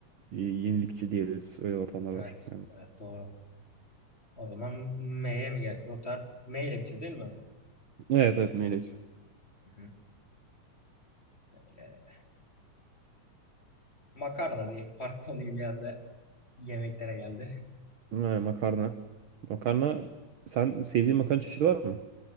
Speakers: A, on the right; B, on the left.
A: y- yenilikçi diyebiliriz. Öyle ortamlar
B: Evet.
A: var. Yani.
B: Evet doğru. O zaman M'ye mi gel? Rotter M ile bitiyor değil mi?
A: Evet evet meyve.
B: Hı hı. M ile. Makarna diyeyim. <laughs> Park konuyu bir anda yemeklere geldi.
A: Ha, makarna. Makarna sen sevdiğin makarna çeşidi var mı?